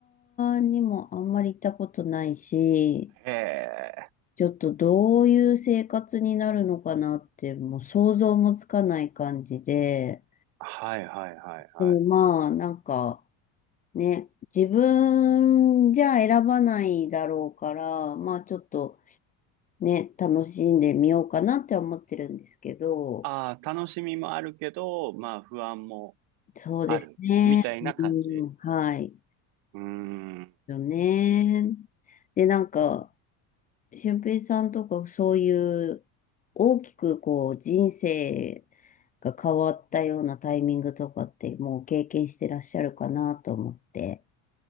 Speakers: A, on the left; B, on the right.
A: 舎にもあんまり行ったことないし、
B: へえ。
A: ちょっとどういう生活になるのかなって、もう想像もつかない感じで、
B: はいはいはいはい。
A: でもまあ、なんかね、自分じゃ選ばないだろうから、まあちょっとね、楽しんでみようかなって思ってるんですけど、
B: ああ、楽しみもあるけど、まあ不安も
A: そうですね。
B: ある。みたいな感じ
A: うん、はい。
B: うーん。
A: よね。で、なんか、俊平さんとかそういう大きくこう人生が変わったようなタイミングとかってもう経験してらっしゃるかなと思って。